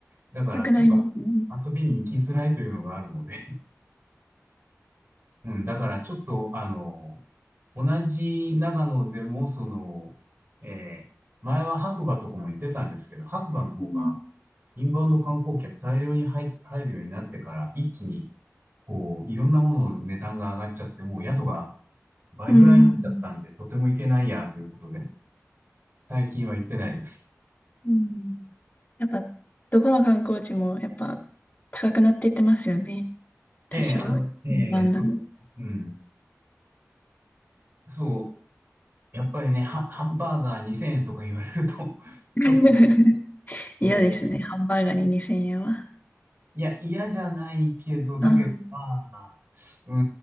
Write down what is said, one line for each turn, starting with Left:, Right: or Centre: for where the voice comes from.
Right: だからちょっと
Left: なくなりますね。
Right: 遊びに行きづらいというのがあるので、うん、だからちょっと、あの、同じ長野でも、その、えー前は白馬とかも行ってたんですけど、白馬の方が、
Left: うん。
Right: インバウンド観光客大量に入、入るようになってから、一気に、こう、いろんなものの値段が上がっちゃって、もう宿が倍ぐらいになっちゃったんで、
Left: うん。
Right: とても行けないや、ということで、最近は行ってないです。
Left: うん。やっぱ、どこの観光地もやっぱ高くなっていってますよね。多少、
Right: ええあの、ええそう、
Left: なんだの。
Right: うん、そう、やっぱりね、ハ、ハンバーガー2000円とか言われると、<laughs>
Left: <laughs>
Right: ちょっと、
Left: 嫌ですね。
Right: こう、
Left: ハンバーガーに2000円は。
Right: いや、嫌じゃないけど、だけど、
Left: うん。
Right: まあ、う